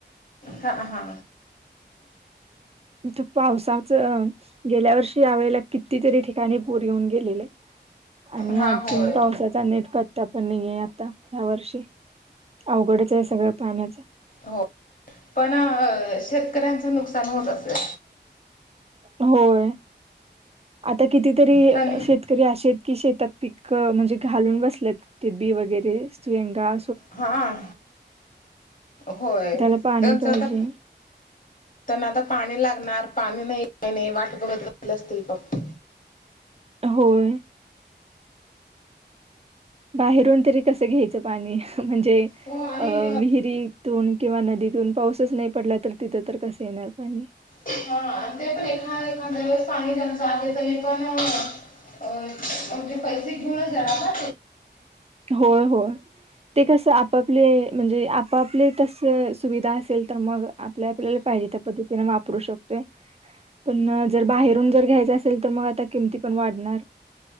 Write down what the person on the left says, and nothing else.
हा हा
हा
होय
हो पण शेतकऱ्यांचं नुकसान होत असे
त्याने
हा होय
त्यांचं
आता त्यांना आता पाणी लागणार पाणी नाही काही नाही वाट बघत ब असतील पप्
हो आणि
हा ते प रखा रेखा पाणी अनुसार त पण अ म्हणजे पैसे घिऊन जणार